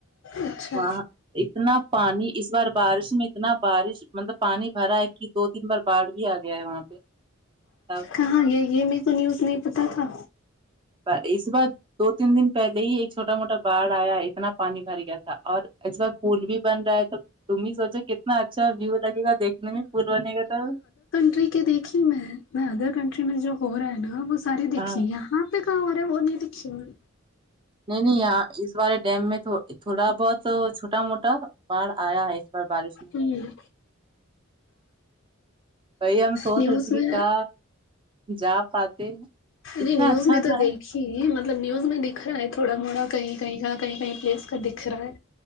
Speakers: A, on the left (about 65°); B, on the right (about 25°).
A: اچھا
B: وہاں اتنا پانی اس بار بارش میں اتنا بارش مطلب پانی بھرا ہے کہ دو تین بار باڑھ بھی آ گیا ہے وہاں پہ تب
A: کہاں یہ یہ میرے کو نیوز نہیں پتا تھا
B: پر اس بار دو تین دن پہلے ہی ایک چھوٹا موٹا باڑ آیا اتنا پانی بھر گیا تھا اور اس بار پول بھی بن رہا ہے تو تم ہی سوچو کتنا اتنا اچھا ویو لگیگا دیکھنے میں پول بنے گا تب
A: ٹھیک ہے دیکھی میں میں ادر کنٹری میں جو ہو رہا ہے نا وہ ساری دیکھی
B: ہاں
A: یہاں دیکھا ہو رہا ہے وہ نہیں دیکھی ہم نے
B: نہیں نہیں یہاں اس بارے ڈیم میں تھوڑا بہت چھوٹا موٹا باڑھ آیا ہے اس بار بارش میں
A: ہوں
B: وہی ہم سوچ
A: نیوز
B: رہی تھی کہ
A: میں
B: کا جا پاتے
A: نہیں
B: اتنا
A: نیوز
B: اچھا
A: میں
B: تھا
A: تو دیک ہی مطلب نیوز میں دکھا ہے تھوڑا موڑا کہیں کہیں کا کہیں کہیں پلیس کا دکھ رہا ہے